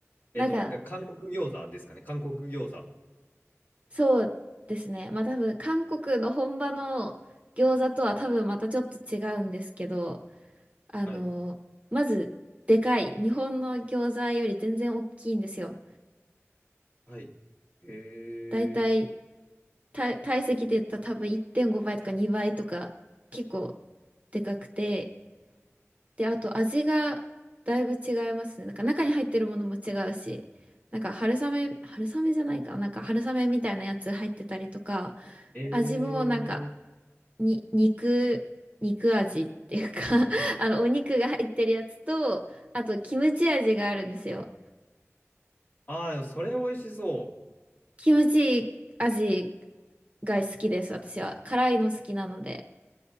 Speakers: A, on the left; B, on the right.
A: えっと、
B: なんか、
A: で韓国餃子ですかね。韓国餃子。
B: そうですね。まあ多分韓国の本場の餃子とは多分またちょっと違うんですけど、あの、
A: はい。
B: まずでかい。日本の餃子より全然大きいんですよ。
A: はい。へ
B: だいたい体体積で言ったら多分1.5倍とか2倍とか結構でかくて。で、あと味がだいぶ違いますね。なんか中に入ってるものも違うし、なんか春雨、春雨じゃないかな。なんか春雨みたいなやつ入ってたりとか、
A: え。えー。
B: 味もなんかに、肉、肉味っていうか <laughs> あの、お肉が入ってるやつと、あと、キムチ味があるんですよ。
A: ああ、でもそれ美味しそう。
B: キムチ味が好きです、私は。辛いの好きなので。